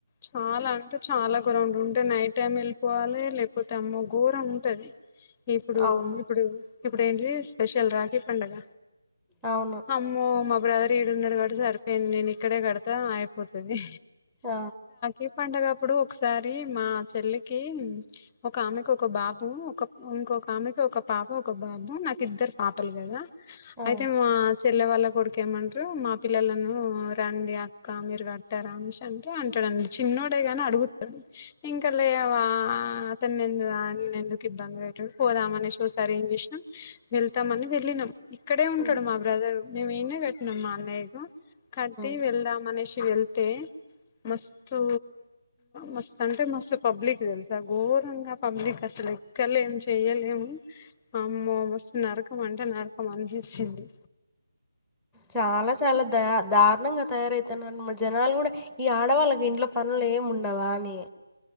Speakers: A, on the left; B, in the centre.
A: చాలా అంటే చాలా గోరం ఉంటే నైట్ టైమ్ ఎళ్ళిపోవాలే లేకపోతే అమ్మో ఘోరం ఉంటది ఇప్పుడు
B: అవును
A: ఇప్పుడు ఇప్పుడేంటిది స్పెషల్ రాఖీ పండగ
B: అవును
A: అమ్మో మా బ్రదర్ ఈడున్నడు గాబట్టి సరిపోయింది నేను ఇక్కడే కడతా అయిపోతది
B: ఆ
A: ఈ పండగ అప్పుడు ఒకసారి మా చెల్లికి ఒకామెకి ఒక బాబు ఒక ఇంకొక ఆమెకి ఒక పాప ఒక బాబు నాకిద్దరు పాపలు కదా
B: ఆ
A: అయితే మా చ్ చెల్లె వాళ్ళ కొడుకేమంట్రు మా పిల్లలను రండి అక్క మీరు గట్టరా మిష్ అంటే అంటడండి చిన్నోడే గని అడుగుతడు ఇంకలేవా అతన్ని ఎందు ఆయనను ఎందుకు ఇబ్బంది పెట్టుడు పోదామనేసి వస్ సారేం జేసినం వెళ్తమని వెళ్లినం ఇక్కడే ఉంటడు
B: ఉమ్,
A: మాబ్ బ్రదర్ మేము ఈన్నే కట్టినం మా అన్నయ్యకు కట్టి
B: ఉమ్.
A: వెళ్దాం అనేసి వెళ్తే మస్తు మస్తు అంటే మస్తు పబ్లిక్ తెలుసా ఘోరంగా పబ్లిక్ అసలు ఎక్కడ్లేన్ జన్ చెయ్యలేము అమ్మో మస్త్ నరకం అంటే నరకం అనిపిచ్చింది
B: చాలా చాలా దయా దారుణంగ తయారయితన్నారు మా జనాలు గూడ ఈ ఆడవాళ్ళకి ఇంట్లో పనులేం ఉండవా అని